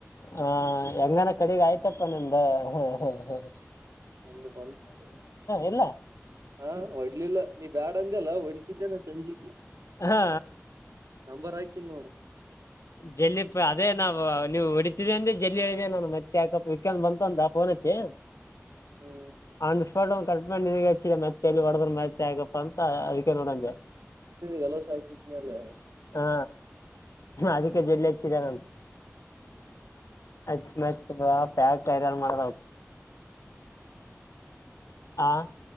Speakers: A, on the left; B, on the right.
A: ಹ ಹೆಂಗನ ಕಡೆಗ ಆಯ್ತಪ್ಪ ನಿಮ್ದ ಹ
B: ಒಂದು ಬಂತು ಸ
A: ಇಲ್ಲ
B: ಹ ಒಡ್ಲಿಲ್ಲ ನೀ ಬ್ಯಾಡ ಅಂದ ಅಲ್ಲ ಒಡ್ ಇದ್ದನ ಸಂಜಿಕೆ
A: ಹಾ
B: ನಂಬರ್ ಹಾಕನ್ ನೋಡ
A: ಜಲ್ಲಿ ಅದೇ ನಾವು ನೀವು ಹೊಡಿತಿದ ಅಂದೆ ಜಲ್ಲಿ ಹೇಳಿದೇ ನಾನು ಮತ್ತೆ ಯಾಕಪ್ಪ ಬಂತು ಅಂತ ಫೋನ್ ಹಚ್ಚಿ
B: ಹ್ಮ್
A: ಆಪಟ್ ಗೆ ಹಚ್ಚಿದೆ ಮತ್ತೆಲ್ಲಿ ಒಡಬರ್ ಮತ್ತೆ ಆಗಪ್ಪ ಅಂತ ಅದಕ್ಕೆ ನೋಡಂೆ
B: ಗೆಲ ಸಾಯಕಿನಲ್ಲ
A: ಹಾ ಅದಕ್ಕೆ ಜಡ್ಲ್ಲ ಹೆಚ್ಚಿದಾರಟ ಅಚ್ ಮತ್ ಪ್ಯಾಕ್ಾರ ಮಾಡ ಹಾ